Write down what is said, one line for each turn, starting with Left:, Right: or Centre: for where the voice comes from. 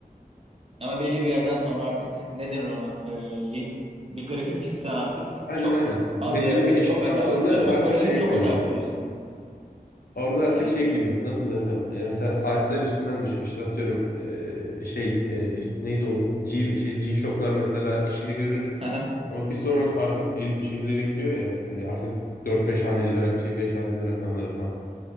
Right: Ama belli bir yerden sonra artık ne denir ona? Ee, lin- bir grafik çizsen artık
Left: Aynen
Right: çok
Left: aynen. Belirli
Right: az vererek
Left: bir eşikten
Right: çok az
Left: sonra
Right: art ya
Left: artık
Right: çok vererek
Left: şeye
Right: çok
Left: kayıyor.
Right: az arttırıyorsun.
Left: Orada artık
Right: Yani,
Left: şey gibi nasıl desem e, mesela saatler üstünden düşün işte atıyorum e, şey e, neydi o G, şey G-Shock'lar mesela işini görür
Right: <laughs>
Left: ama bir sonra artık el, şeylere gidiyor ya böyle artık dört beş haneli rak- şey 5 haneli rakamlara falan.